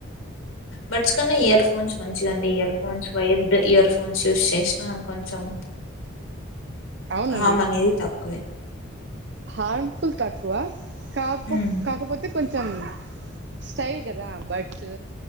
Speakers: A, on the left; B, on the right.
A: బట్చ్ కన్నా ఇయర్ ఫోన్స్ మంచిదండి earphones wire earphones use చేసినా కొంచం
B: అవునండి
A: హామ్ అనేది తక్కువే
B: హార్మ్ఫుల్ తాకువ కాపో
A: హ్మ్
B: కాకపోతే కొంచెం స్టైల్ కదా బర్డ్స్